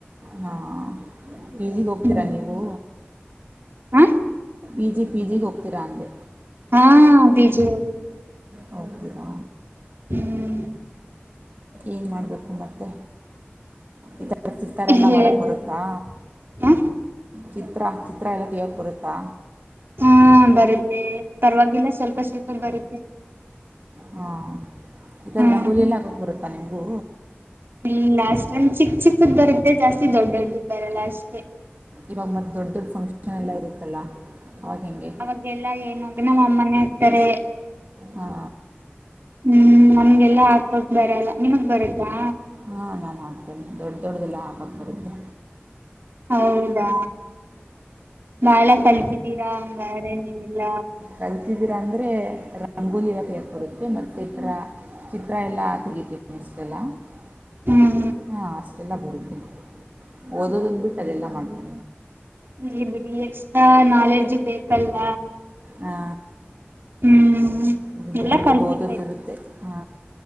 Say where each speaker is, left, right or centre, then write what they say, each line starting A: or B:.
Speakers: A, on the right; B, on the right.
A: ಹಾಂ ಪಿ ಜಿ ಗ್ ಹೋಗ್ತೀರಾ
B: ಹ್ಮ್
A: ನೀವು.
B: ಹ
A: ಪಿ ಜಿ ಪಿ ಜಿಗ್ ಹೋಗ್ತೀರಾ ಅಂದೆ
B: ಹಾಂ ಪಿ ಜಿಗ್ ಹೋಗ್ತಿವ್
A: ಹೋಗ್ತೀರಾ
B: ಹ್ಮ್
A: ಏನು ಮಾಡಬೇಕು ಮತ್ತೆ ಇದು ವ ಚಿತ್ತಾರ ಎಲ್ಲಾ
B: ಹೇಳ್ಬೇಕು
A: ಮಾಡಕ್ ಬರುತ್ತಾ
B: ಹ
A: ಚಿತ್ರ ಚಿತ್ರಾ ಎಲ್ಲ ತಗಿಯಕ್ ಬರುತ್ತಾ
B: ಹಾ ಬರುತ್ತೆ ಪರ್ವಾಗಿಲ್ಲ ಸ್ವಲ್ಪ ಸ್ವಲ್ಪ ಬರುತ್ತೆ.
A: ಹಾ ಈ ಥರ
B: ಹ್ಮ್
A: ರಂಗೋಲಿಯೆಲ್ಲ ಹಾಕಕ್ ಬರುತ್ತಾ ನಿಮ್ಗೂ.
B: ಇಲ್ಲ ಅಷ್ಟೇನ್ ಚಿಕ್ ಚಿಕ್ಕುದ್ ಬರುತ್ತೆ ಜಾಸ್ತಿ ದೊಡ್ ದೊಡ್ದುದ್ ಬರಲ್ಲ ಅಷ್ಟೇ.
A: ಇವಾಗ ಮತ್ತ್ ದೊಡ್ ದೊಡ್ ಫಂಕ್ಷನ್ ಎಲ್ಲಾ ಇರುತ್ತಲ್ಲ ಅವಾಗ್ ಹೆಂಗೆ
B: ಅವಾಗೆಲ್ಲಾ ಏನ್ ದಿನ ನಮ್ಮಮ್ಮನೆ ಹಾಕ್ತಾರೆ.
A: ಹಾ
B: ಹ್ಮ್ ನಮ್ಗೆಲ್ಲಾ ಹಾಕಕ್ ಬರಲ್ಲ ನಿಮಗ್ ಬರುತ್ತಾ
A: ಹಾ ನಾನು ಹಾಕ್ತೇನೆ ದೊಡ್ಡ ದೊಡ್ಡದೆಲ್ಲ ಹಾಕಕ್ಕೆ ಬರುತ್ತೆ
B: ಹೌದಾ ಬಾಳ ಕಲಿತಿದಿರ ಹಂಗಾರ ನೀವೆಲ್ಲ
A: ಕಲ್ತಿದ್ದೀರಾ ಅಂದರೆ ರಂಗೋಲಿ ಬಿಡೋಕೆ ಬರುತ್ತೆ ಮತ್ತೆ ಇತರ ಚಿತ್ರ ಎಲ್ಲಾ ತೆಗಿತೀನಿ <unintelligible>
B: ಹ್ಮ್
A: ಹಾ ಅಷ್ಟೆಲ್ಲ ಬರುತ್ತೆ ಓದೋದನ್ ಬಿಟ್ಟು ಅದೆಲ್ಲ ಮಾಡ್ತೇನೀ
B: ಇರಲ್ಲಿ ಬಿಡಿ ಎಕ್ಸ್ಟ್ರಾ ನಾಲೆಡ್ಜು ಬೇಕಲ್ಲ
A: ಹಾ
B: ಹ್ಮ್
A: ಅದು ಬರಿಯೋದು
B: ಎಲ್ಲಾ ಕಲ್ತಿರ್ಬೇಕು
A: ಓದೋದು ಇರುತ್ತೆ ಹಾ